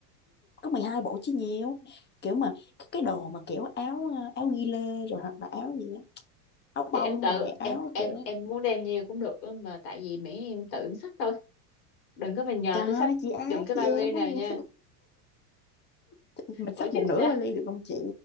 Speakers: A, on the left; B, on the left.
A: Có 12 bộ chứ nhiều. Kiểu mà cái cái đồ mà kiểu áo ờ, áo ghi lê rồi hoặc là áo gì á, áo
B: Thì
A: bông
B: em tự
A: rồi áo
B: em em
A: kiểu
B: em muốn đem nhiều cũng được á, mà tại vì miễn em tự em xách thôi. Đừng có mà nhờ
A: trời ơi,
B: tôi xách
A: chị ác
B: giùm cái vali
A: chị em
B: nào
A: quá vậy.
B: nha.
A: <laughs> Mình
B: Ủa
A: xách
B: chứ
A: một nửa
B: sao?
A: vali được không chị?